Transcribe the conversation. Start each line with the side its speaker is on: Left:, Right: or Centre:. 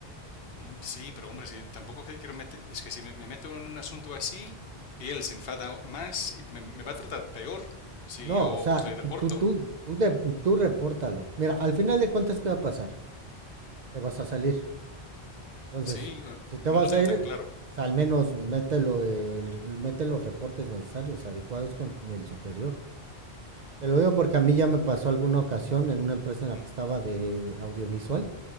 Left: Mm, Sí, pero hombre, si tampoco que- quiero meter... Es que si me, me meto en un asunto así y él se enfada más, y me, me va a tratar peor si
Right: No,
Left: yo
Right: o sea,
Left: pues le reporto.
Right: tú, tú, tú, tú, de- tú repórtalo. Mira, al final de cuentas, ¿qué va a pasar? Te vas a salir. Entonces,
Left: Sí, eh,
Right: si te
Left: no
Right: vas
Left: lo tengo
Right: a ir,
Left: tan claro.
Right: al menos mételo, el- mete los reportes necesarios, adecuados con el superior. Te lo digo porque a mí ya me pasó alguna ocasión en una empresa en la
Left: Mm,
Right: que estaba de audiovisual,